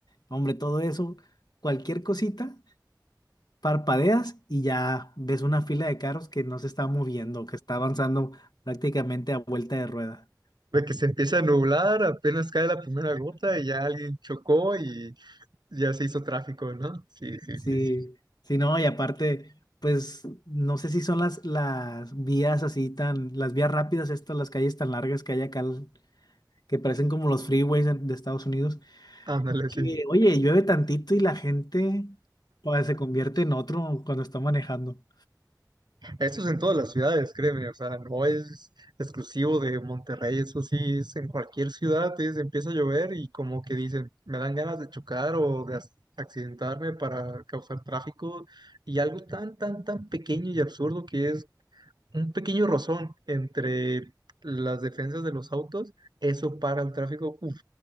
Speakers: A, on the left; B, on the right.
A: hombre, todo eso, cualquier cosita. Parpadeas y ya ves una fila de carros que no se está moviendo, que está avanzando prácticamente a vuelta de rueda.
B: de que se empieza a nublar, apenas cae la primera gota y ya alguien chocó y ya se hizo tráfico, ¿no? Sí, sí,
A: Sí,
B: sí, sí.
A: sí, no, y aparte, pues no sé si son las, las vías así tan, las vías rápidas estas, las calles tan largas que hay acá, l- que parecen como los freeways en- de Estados Unidos,
B: Ándale,
A: que
B: sí.
A: oye, llueve tantito y la gente pues, se convierte en otro cuando está manejando.
B: Eso es en todas las ciudades, créeme, o sea, no es exclusivo de Monterrey, eso sí, es en cualquier ciudad, es- empieza a llover y como que dicen, me dan ganas de chocar o de ac- accidentarme para causar tráfico y algo tan, tan, tan pequeño y absurdo que es un pequeño rozón entre las defensas de los autos, eso para el tráfico, uff,